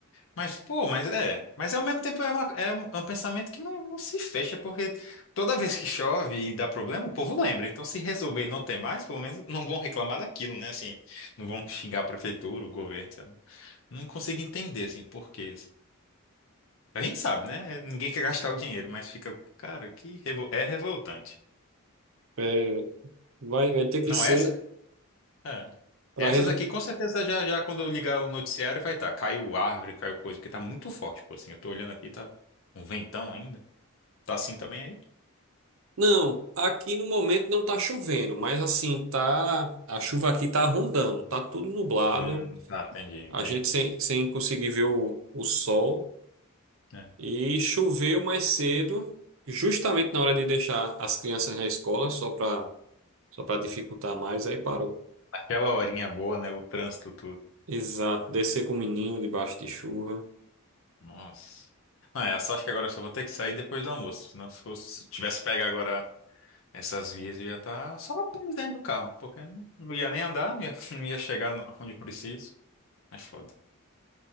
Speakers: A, on the left; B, on the right.
A: Mas, pô, mas é. Mas ao mesmo tempo é, uma- é um é um pensamento que não, não se fecha, porque toda vez que chove e dá problema, o povo lembra. Então, se resolver e não ter mais, pelo menos não vão reclamar daquilo, né? Assim, não vão xingar a prefeitura, o governo. sei lá. Não consigo entender, assim, por quê. assim. A gente sabe, né? Ninguém quer gastar o dinheiro, mas fica, cara, que revol- é revoltante.
B: É, vai, vai ter que
A: Não,
B: ser
A: essa. é.
B: para
A: Essa daqui, com certeza, já, já quando eu ligar o noticiário, vai estar. caiu árvore, caiu coisa, porque tá muito forte, pô, assim. Eu tô olhando aqui, tá um ventão ainda. Tá assim também aí?
B: Não, aqui no momento não tá chovendo, mas assim, tá, a chuva aqui tá rondando, tá tudo nublado,
A: Hum, tá, entendi, entendi.
B: a gente sem, sem conseguir ver o, o sol
A: É.
B: e choveu mais cedo, justamente na hora de deixar as crianças na escola, só para só para dificultar mais, aí parou.
A: Aquela horinha boa, né? O trânsito tudo.
B: Exato, descer com o menino debaixo de chuva.
A: Nossa. Não, é, só acho que agora eu só vou ter que sair depois do almoço. Senão se fosse- se tivesse pego agora essas vias, eu ia estar só preso dentro do carro. Porque não, não ia nem andar, não ia, <laughs> não ia chegar no- onde preciso. É foda.